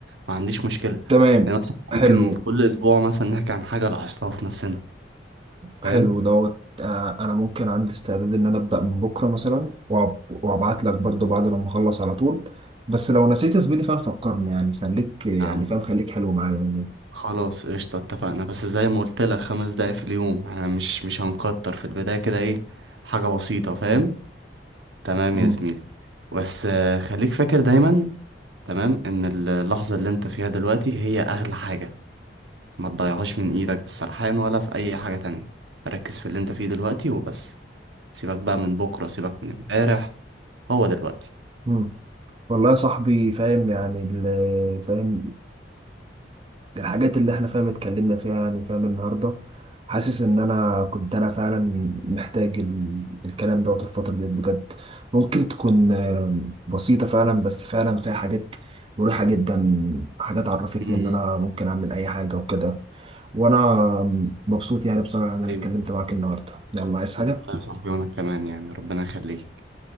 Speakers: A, on the right; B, on the right.
A: ما عنديش مشكله
B: تمام
A: يعني مثلا ممكن
B: حلو
A: كل اسبوع مثلا نحكي عن حاجه لاحظتها في نفسنا
B: حلو
A: فاهم
B: دوت آه، انا ممكن عندي استعداد ان انا ابدا من بكره مثلا وأب- وابعت لك برضو بعد لما اخلص على طول بس لو نسيت يا زميلي فاهم فكرني يعني خليك يعني
A: نعم.
B: فاهم خليك حلو معايا يعني.
A: خلاص قشطة اتفقنا بس زي ما قلت لك خمس دقايق في اليوم احنا مش مش هنكتر في البداية كده ايه حاجة بسيطة فاهم
B: مم.
A: تمام
B: مم.
A: يا زميلي بس آه، خليك فاكر دايما تمام ان ال- اللحظة اللي انت فيها دلوقتي هي اغلى حاجة ما تضيعهاش من ايدك بالسرحان ولا في اي حاجة تانية ركز في اللي انت فيه دلوقتي وبس سيبك بقى من بكرة سيبك من امبارح هو دلوقتي
B: مم. والله يا صاحبي فاهم يعني ال- فاهم الحاجات اللي احنا فاهم اتكلمنا فيها يعني فاهم النهارده حاسس ان انا كنت انا فعلا محتاج ال... الكلام دوت الفتره دي بجد ممكن تكون آه، بسيطه فعلا بس فعلا فيها حاجات مريحه جدا حاجات عرفتني
A: امم
B: ان انا ممكن اعمل اي حاجه وكده وانا مبسوط يعني بصراحه ان انا
A: ايوه
B: اتكلمت معاك النهارده يلا عايز حاجه
A: والله يا صاحبي وانا كمان يعني ربنا يخليك